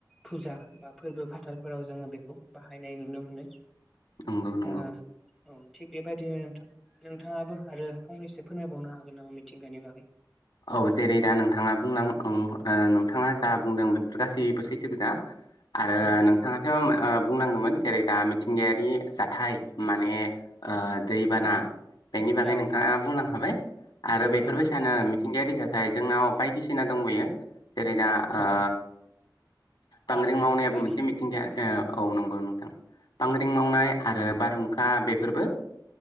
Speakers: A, in the centre; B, on the left.
A: फुजा बा फोरबो फाथालफोराव जोङो बेखौ बाहायनाय नुनो मोनो।
B: नंगौ नंगौ
A: औ थिग बेबायदिनो नोंथां नोंथाङाबो आरो फंनैसो फोरमायबावनो हागोन नामा मिथिंगानि बागै?
B: औ जेरै दा नोंथाङा बुंलां ओं ओ नोंथाङा जा बुंदों बेफोर गासै बु <unintelligible> आरो
A: औ
B: नोंथाङाथ' ओ बुंलांदोंमोन जेरै दा मिथिंगायारि जाथि थाय माने ओ दैबाना बेनि बागै
A: औ
B: नोंथाङा बुंलांखाबाय। आरो बेफोरबायसानो
A: औ
B: मिथिंगायारि जाथाय जोंनाव बायदिसिना दंबोयो। जेरै दा ओ
A: औ बारहुंखा
B: बानग्रिं मावनायाबो
A: बायदि
B: मोनसे मिथिंगाया
A: औ
B: औ नंगौ नोंथां बांग्रिं मावनाय आरो बारहुंखा बेफोरबो